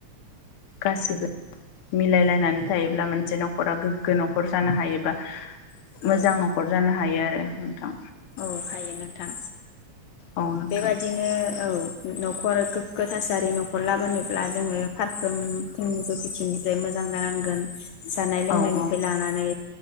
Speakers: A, on the left; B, on the left.
A: गासिबो मिलायलायनानै थायोब्ला मोनसे न'खरा गोग्गो न'खर जानो हायोबा
B: औ
A: मोजां न'खर जानो हायो आरो नोथां।
B: औ हायो नोंथां।
A: औ नोंथां
B: बेबादिनो औ न'खर गोग्गो थासारि न'खर लाबोनोब्ला जोङो फारफ्रोमफ्रोमबो बिथिंनिफ्राय मोजां जानांगोन। जानाय लोंनायनिफ्राय
A: औ औ
B: लानानै